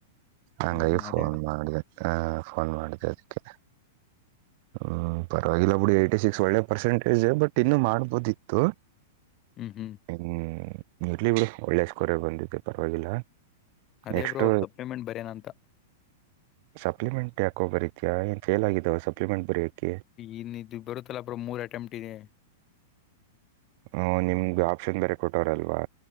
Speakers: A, on the right; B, on the left.
A: ಹಂಗಾಗಿ
B: ಹ್ಮ್
A: ಫೋನ್
B: ಅದೇ ಅಣ್ಣ
A: ಮಾಡ ಫೋನ್ ಮಾಡಿದೆ ಅದಕ್ಕೆ ಹ್ಮ ಪರವಾಗಿಲ್ಲ ಬಿುಡಿ ಏ್ಟ ಸಿಕ್ಸ್ ಒಳ್ಳೆ ಪರ್ಸೆಂಟೇಜ್ ಬಟ್ ಇನ್ನು ಮಾಡ್ಬೋದಿತ್ತು
B: ಹ್ಮ್ ಹ್ಮ್
A: ಹ್ಮ್ ಇರ್ಲಿ ಬಿಡು ಒಳ್ಳೆ ಸ್ಕೋರ್ ಬಂದಿದ್ದೆ ಪರವಾಗಿಲ್ಲ
B: ಅದೇ
A: ನೆಕ್ಸ್ಟ್
B: ಬ್ರೋ ಸಪ್ಲಿಮೆಂಟ್ ಬರೇನ ಅಂತ
A: ಸಪ್ಲಿಮೆಂಟ್ ಯಾಕೋ ಬರೀತಾ ಏನ್ ಫೇಲ್ ಆಗಿದಾವ ಸಪ್ಲಿಮೆಂಟ್ ಬರಯಕಕ್ಕೆ
B: ಇನ್ ಇದು ಬರುತ್ತಲ್ಲ ಬ್ರ ಮೂರ್ ಅಟೆಂಪ್ ಇದೆ
A: ಹ ನಿಮ್ಗೆ ಆಪ್ಷನ್ ಬೇರೆ ಕೊಟ್ಟೋರಲ್ವಾ